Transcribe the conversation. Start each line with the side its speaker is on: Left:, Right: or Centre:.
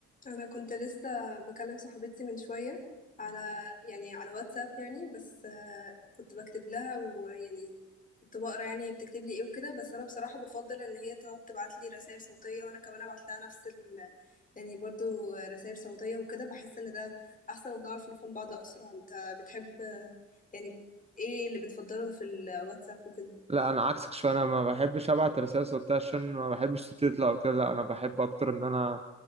Left: انا كنت لسه بكلم صاحبتي من شويه على يعني على واتساب يعني بس آه، كنت بكتب لها ويعني كنت بقرا يعني بتكتب لي ايه وكده بس انا بصراحه بفضل ان هي تقعد تبعت لي رسائل صوتيه وانا كمان ابعت لها نفس ال يعني برضو رسائل صوتيه وكده بحس ان ده احسن وبنعرف نفهم بعض اسرع انت بتحب آه، يعني ايه اللي بتفضله في الواتساب وكده
Right: لا انا عكسك شويه انا ما بحبش ابعت رسائل صوتيه عشان ما بحبش صوتي يطلع وكده لا انا بحب اكتر ان انا